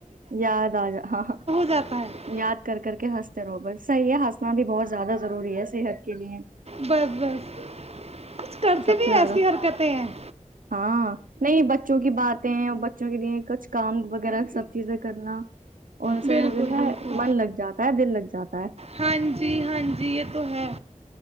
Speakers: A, on the right; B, on the right.
A: یاد آ جا ہاں
B: جاتا ہے
A: یاد کر کر کے ہنستے روبر صحیح ہے ہنسنا بھی بہت زیادہ ضروری ہے صحت کے لیے
B: بس بس کچھ کرتے
A: سب
B: بھی
A: سے زیادہ
B: ایسی حرکتیں ہیں
A: ہاں نہیں بچوں کی باتیں اور بچوں کے لیے کچھ کام وغیرہ سب چیزیں کرنا ان
B: بالکل
A: سے جو
B: بالکل
A: ہے من لگ جاتا ہے دل لگ جاتا ہے
B: ہاں جی ہاں جی یہ تو ہے